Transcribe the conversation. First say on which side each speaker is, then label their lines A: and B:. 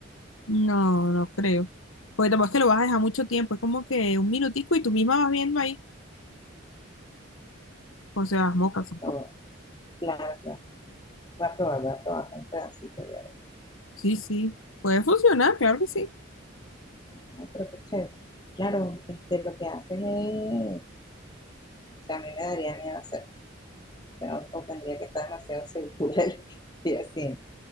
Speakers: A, on the left; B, on the left.
A: No, no creo. Porque tampoco es que lo vas a dejar mucho tiempo, es como que un minutico y tú misma vas viendo ahí por si las mocas.
B: Bueno, claro, claro. Voy a probar, voy a probar un pedacito ya.
A: Sí, sí, puede funcionar, claro que sí.
B: No, pero qué chévere. Claro, este, lo que haces es, o sea, a mí me daría miedo hacer, o, sea, o tendría que estar demasiado segura de lo que estoy haciendo,